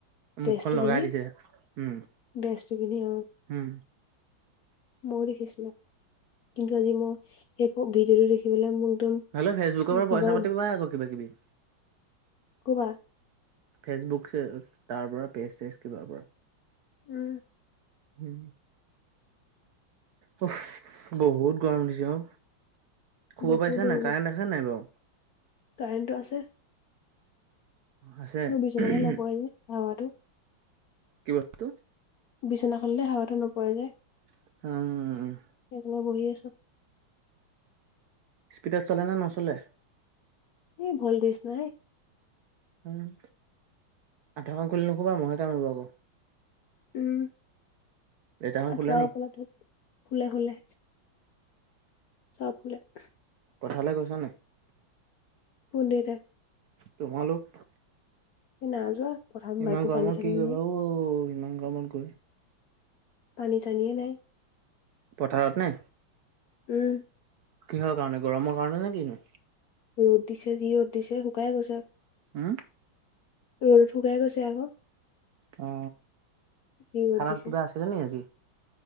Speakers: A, on the left; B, on the right.
A: দেচটো
B: মুখখন লগাই
A: পিন্ধি
B: দিছে। উম,
A: দেচটো পিন্ধি অহ
B: উম,
A: ময়ো দেখিছিলো কিন্তু আজি মই সেই ভিডিঅ'টো দেখি পেলাই মোৰ একদম
B: হলে ফেচবুকৰ পৰা
A: কিবা
B: পইচা পাতি পায় আক কিবা কিবি
A: কোৱা
B: ফেচবুক চে তাৰ পৰা পেজ চেজ কিবা পৰা
A: উম
B: উ অ বহুত গৰম উঠছে অ শুব
A: বহুতো
B: পাৰিছা নাই কাৰেণ্ট আছে নাই বাৰু
A: কাৰেণ্টো আছে
B: আছে।
A: মোৰ বিচনাতে নপৰে যে হাৱাটো
B: কি বস্তু
A: বিচনাখনলে হাৱাটো নপয় যে
B: উম
A: সেইফালে বহি আছো
B: স্পীডত চলে নে নচলে
A: এই ভল তেছ নাই
B: উম আঠুৱাখন খুলি নুশুবা মহে কামিব আক
A: উম
B: দেউতাহঁত
A: আঠুৱা
B: শুলে নি
A: পেল খুলে শুলে শুলে চকলৈট
B: পথাৰলে গৈছা নাই
A: কোন দেউতা
B: তোমালোক
A: এই না যোৱা পথাৰত
B: ইমান
A: একো
B: গৰমত
A: পানী চানী
B: কি কৰিবা
A: নাই
B: অও ইমান গৰমত গৈ
A: পানী চানিয়ে নাই
B: পথাৰত নে
A: উম
B: কিহৰ কাৰণে গৰমৰ কাৰণে নে কিনো
A: ৰ'দ দিছে যি ৰ'দ দিছে শুকাই গৈছে
B: হু
A: ৰ'দ শুকাই গৈছে আকৌ
B: অ
A: যি ৰ'দ
B: খানাত
A: দিছে
B: কিবা আছিলে নি আজি